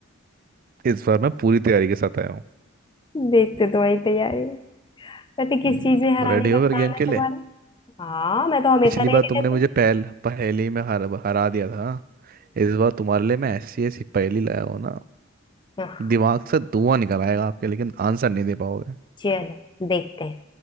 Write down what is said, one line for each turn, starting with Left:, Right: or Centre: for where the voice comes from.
Right: इस बार मैं पूरी तैयारी के साथ आया हूँ
Left: देखते तुम्हारी तैयारी वैसे किस
Right: हम्म,
Left: चीज में
Right: तो
Left: हराने
Right: रेडी
Left: का
Right: हो फिर
Left: प्लान
Right: गेम
Left: है
Right: के लिए
Left: तुम्हारा हाँ मैं तो हमेशा
Right: पिछली
Left: रेडी
Right: बार तुमने
Left: रहती
Right: मुझे
Left: हूँ
Right: पहल पहेली में हर, हरा दिया था इस बार तुम्हारे लिए मैं ऐसी ऐसी पहेली लाया हूँ ना
Left: हम्म
Right: दिमाग से धुआं निकल आएगा आपके लेकिन आंसर नहीं दे पाओगे
Left: चलो देखते हैं